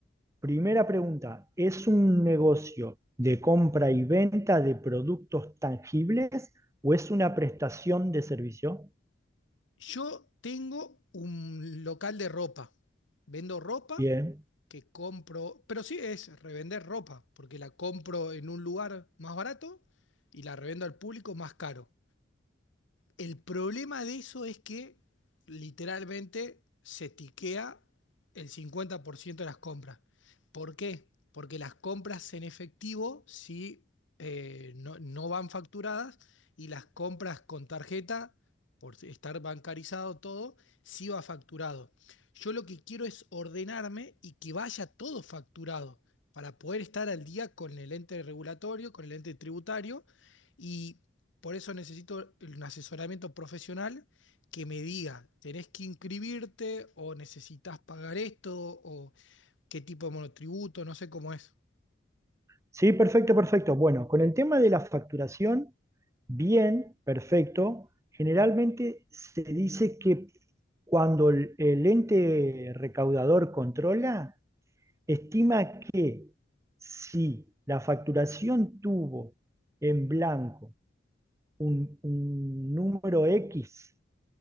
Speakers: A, on the right; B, on the left.
A: Primera pregunta, ¿es un negocio de compra y venta de productos tangibles o es una prestación de servicio?
B: Yo tengo un local de ropa. Vendo ropa
A: Bien.
B: que compro, pero sí es revender ropa, porque la compro en un lugar más barato y la revendo al público más caro. El problema de eso es que literalmente se tiquea el 50% de las compras. ¿Por qué? Porque las compras en efectivo sí eh, no, no van facturadas y las compras con tarjeta, por estar bancarizado todo, sí va facturado. Yo lo que quiero es ordenarme y que vaya todo facturado para poder estar al día con el ente regulatorio, con el ente tributario y por eso necesito un asesoramiento profesional que me diga, ¿tenés que inscribirte o necesitas pagar esto o qué tipo de monotributo? No sé cómo es.
A: Sí, perfecto, perfecto. Bueno, con el tema de la facturación, bien, perfecto. Generalmente se dice que cuando el, el ente recaudador controla, estima que si la facturación tuvo en blanco un, un número X